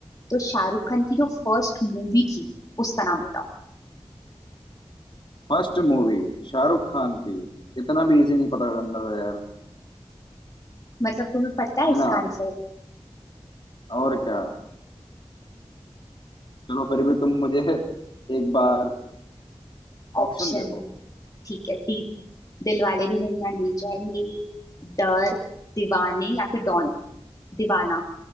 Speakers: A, on the left (about 35°); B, on the left (about 50°).
A: तो शाहरुख खान की जो फर्स्ट मूवी थी उसका नाम बताओ
B: फर्स्ट मूवी शाहरुख खान की इतना भी इजी नहीं पता करना था यार
A: मतलब तुम्हें पता है
B: है
A: इसका
B: ना
A: आंसर
B: और क्या चलो फिर भी तुम मुझे एक बार
A: ऑप्शन
B: ऑप्शन दे दो
A: ठीक है डी दिल वाले दुल्हनिया ले जाएंगे डर दीवाने या फिर डॉन दीवाना